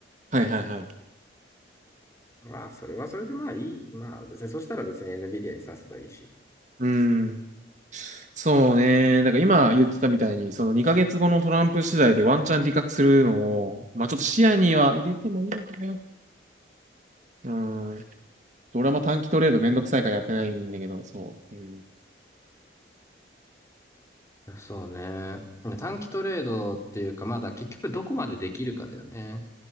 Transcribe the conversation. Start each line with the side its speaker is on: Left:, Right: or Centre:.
Right: はいはいはい。
Left: まあそれはそれでまあいい。まあ別にそしたら別に NVIDIA に刺せばいいし。
Right: うーん。そうね。だから今言ってたみたいに、その2ヶ月後のトランプ次第でワンチャン利確するのを、まあちょっと視野には入れてもいいのかな。うーん。俺はも短期トレードめんどくさいからやってないんだけど、そう。うん。
Left: そうね。短期トレードっていうか、まだ結局どこまでできるかだよね。